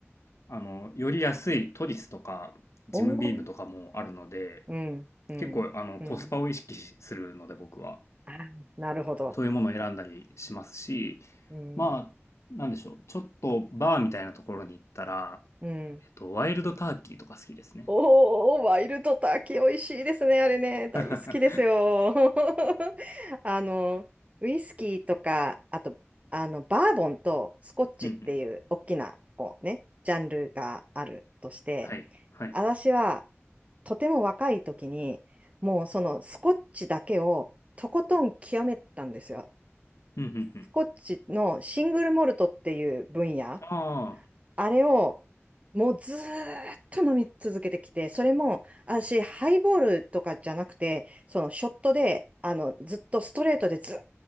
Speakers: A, on the left; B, on the right.
A: あの、より安いトリスとか、ジムビームとかもあるので、
B: おーうん、うん、
A: 結構、あの、
B: うん。
A: コスパを意識しするので、僕は。
B: あー、なるほど。
A: そういうものを選んだりしますし、
B: うん、
A: まあ、なんでしょう。ちょっとバーみたいなところに行ったら、
B: うん。
A: えっと、ワイルドターキーとか好きですね。
B: おー、ワイルドターキー美味しいですね、あれね。大好きですよ。
A: <laughs> う
B: <laughs> あの、ウイスキーとか、あと、あの、バーボンとスコッチっていう大きな、
A: んうん
B: こうね、ジャンルがあるとして、
A: はい。はい。
B: 私はとても若い時に、もうそのスコッチだけをとことん極めたんですよ。
A: うんうんうん。
B: スコッチのシングルモルトっていう分野。
A: ああ、
B: あれを、もうずーっと飲み続けてきて、それも、私、ハイボールとかじゃなくて、そのショットで、あの、ずっとストレートでずーっ